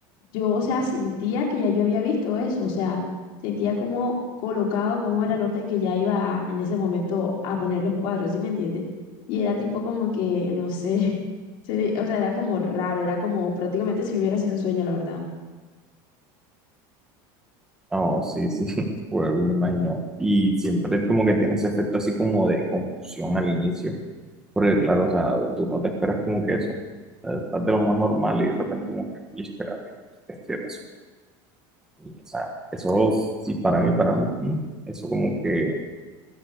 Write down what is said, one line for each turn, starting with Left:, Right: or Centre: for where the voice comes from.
Left: yo, o sea, sentía que ya yo había visto eso, o sea, sentía como colocado cómo era el orden que ya iba en ese momento a poner los cuadros, ¿sí me entiendes? Y era tipo como que, no sé, <laughs> sería- o sea, era como raro, era como prácticamente si hubiera sido un sueño, la verdad.
Centre: no, sí, sí, <laughs> pues me imagino. Y siempre como que tiene ese efecto así como de confusión al inicio, porque claro, o sea, tú no te esperas como que eso, o sea, estás de lo más normal y de repente como que, "Uy, espérate, este pasó. Y, o sea, eso sí, para mí, para mí, eso como que